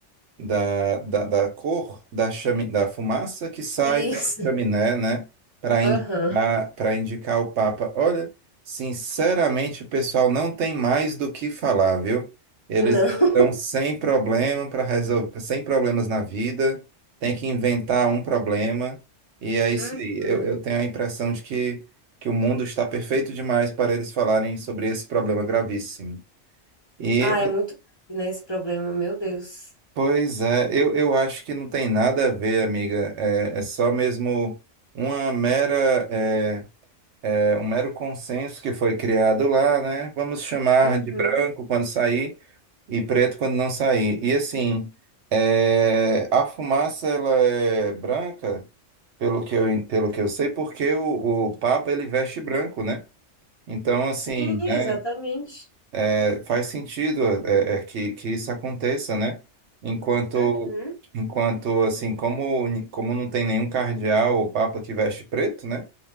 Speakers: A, on the right (about 70°); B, on the left (about 25°).
A: da, da, da cor da, chami, da fumaça que sai
B: Isso.
A: pela chaminé, né? Para
B: Aham.
A: indicar, para indicar o Papa. Olha, sinceramente, o pessoal não tem mais do que falar, viu? Eles
B: Não.
A: estão
B: <laughs>
A: sem problema para resolver, sem problemas na vida, tem que inventar um problema, e é isso
B: Uhum.
A: aí. Eu, eu tenho a impressão de que, que o mundo está perfeito demais para eles falarem sobre esse problema gravíssimo. E
B: Ah, é muito grave, né, esse problema, meu Deus.
A: Pois é, eu, eu acho que não tem nada a ver, amiga. É, é só mesmo uma mera, é, é, um mero consenso que foi criado lá, né? Vamos chamar
B: Uhum.
A: de branco quando sair e preto quando não sair. E assim, é, a fumaça ela é branca, pelo que eu, pelo que eu sei, porque o, o Papa ele veste branco, né? Então, assim,
B: Sim,
A: né?
B: exatamente.
A: É, faz sentido é, é, é que, que isso aconteça, né? Enquanto,
B: Uhum.
A: enquanto assim, como, ni- como não tem nenhum cardeal ou papa que veste preto, né?